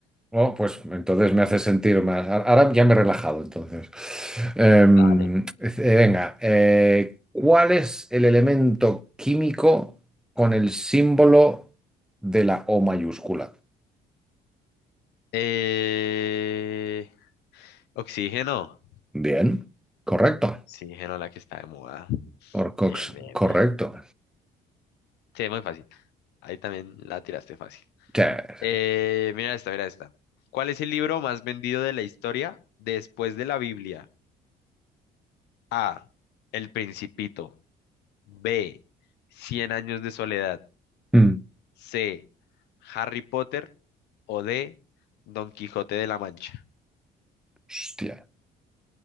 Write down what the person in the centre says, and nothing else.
Oh, pues entonces me hace sentir más. A- Ahora ya me he relajado, entonces. Em,
eh, venga, eh, ¿cuál es el elemento químico con el símbolo de la O mayúscula?
Bien, correcto.
Orcox,
correcto.
Yes.
Mm.
Hostia.